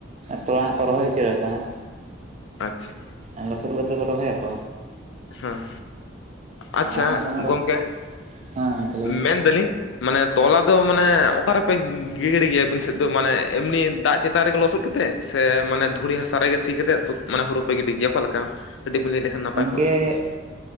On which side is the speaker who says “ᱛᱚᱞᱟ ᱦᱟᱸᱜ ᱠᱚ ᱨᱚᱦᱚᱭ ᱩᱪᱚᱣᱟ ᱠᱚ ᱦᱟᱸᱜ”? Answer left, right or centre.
Right